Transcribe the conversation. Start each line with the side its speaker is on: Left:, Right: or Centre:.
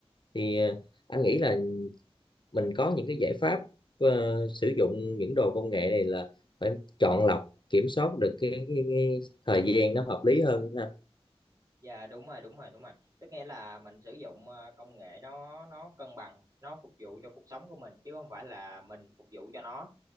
Left: thì ờ, anh nghĩ là mình có những cái giải pháp ờ, sử dụng những đồ công nghệ này là phải chọn lọc kiểm soát được cái, cái, cái thời gian nó hợp lý hơn ha.
Right: Dạ đúng rồi đúng rồi đúng rồi. Tức nghĩa là mình sử dụng ờ, công nghệ nó nó cân bằng, nó phục vụ cho cuộc sống của mình chứ không phải là mình phục vụ cho nó.